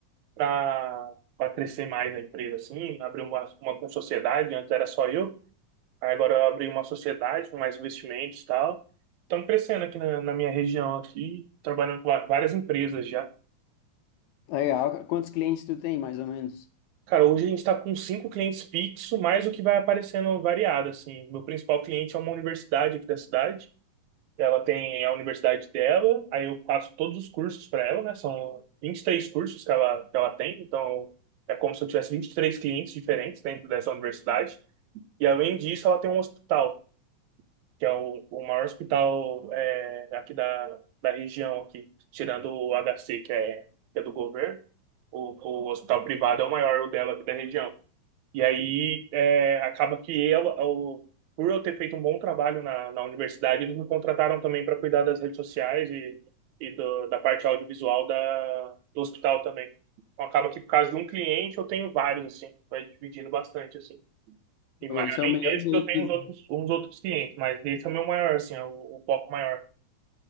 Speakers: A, on the right (about 75°); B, on the left (about 80°).
A: pra, pra crescer mais a empresa, assim, abrir uma, uma sociedade, antes era só eu. Aí Agora eu abri uma sociedade com mais investimentos e tal. Estamos crescendo aqui na, na minha região aqui, trabalhando com va- várias empresas já.
B: Legal, cara. Quantos clientes tu tem, mais ou menos?
A: Cara, hoje a gente está com cinco clientes fixos, mais o que vai aparecendo variado, assim. Meu principal cliente é uma universidade aqui da cidade. Ela tem a universidade dela, aí eu faço todos os cursos para ela, né? São 23 cursos que ela, que ela tem, então é como se eu tivesse 23 clientes diferentes dentro dessa universidade. E além disso, ela tem um hospital. que é o, o maior hospital é, aqui da, da região aqui, tirando o HC, que é, que é do governo, o, o hospital privado é o maior o dela aqui da região. E aí é, acaba que ela, o- por eu ter feito um bom trabalho na, na universidade, eles me contrataram também para cuidar das redes sociais e, e do- da parte audiovisual da, do hospital também. Então acaba que por causa de um cliente eu tenho vários, assim, vai dividindo bastante, assim. E ma-
B: Ô,
A: além
B: isso é o melhor
A: desse,
B: jeito.
A: eu tenho uns outros, uns outros clientes, mas esse é o meu maior, assim, é o, o foco maior.